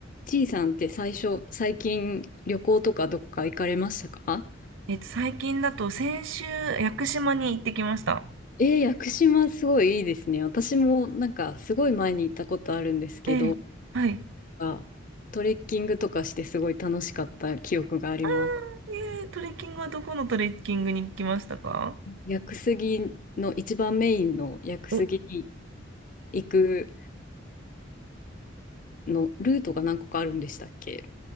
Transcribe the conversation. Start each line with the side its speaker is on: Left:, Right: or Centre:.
Left: ちいさんって最初、最近旅行とかどこか行かれましたか
Right: えっと、最近だと先週、屋久島に行ってきました。
Left: えー、屋久島すごいいいですね。私もなんかすごい前に行ったことあるんですけど、
Right: ええ、はい。
Left: あトレッキングとかしてすごい楽しかった記憶があります。
Right: ああ、ええ、トレッキングはどこのトレッキングに行きましたか
Left: 屋久杉の一番メインの屋久杉に
Right: お、
Left: 行くのルートが何個かあるんでしたっけ